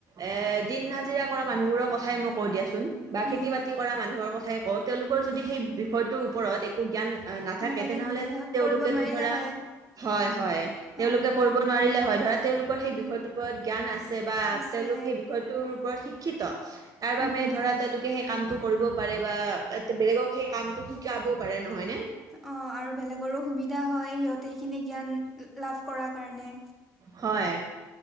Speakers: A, on the right; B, in the centre.
A: এ দিন হাজিৰা- কৰা মানুহ বোৰৰ কথাই মই কওঁ দিয়াচোন বা
B: উম
A: খেতি বাতি কৰা মানুহৰ কথাই কওঁ- তেওঁলোকৰ
B: উম
A: যদি সেই বিষয়টোৰ ওপৰত একো জ্ঞান নাথাকে,
B: নাথাকি
A: তেনেহলে
B: নাথাকিলে হয়
A: তেওঁলোকেতো
B: কৰিব নোৱাৰিলে
A: ধৰা-
B: হয়
A: হয় হয়।
B: হয়
A: তেওঁলোকে কৰিব
B: উম
A: নোৱাৰিলে হয় ধৰা, তেওঁলোকৰ সেই
B: উম
A: বিষয়টোৰ ওপৰত জ্ঞান আছে বা
B: আছে
A: তেওঁওলোক সেই বিষয়- টোৰ ওপৰত শিক্ষিত, তাৰ
B: উম
A: বাবে ধৰা তেওঁলোকে সেই- কামটো কৰিব পাৰে বা এ বেলেগক সেই কামটো শিকাবও পাৰে নহয় নে?
B: অঁ আৰু বেলেগৰো সুবিধা হয়, সিহঁতে এইখিনি জ্ঞান লাভ কৰাৰ কাৰণে।
A: হয়।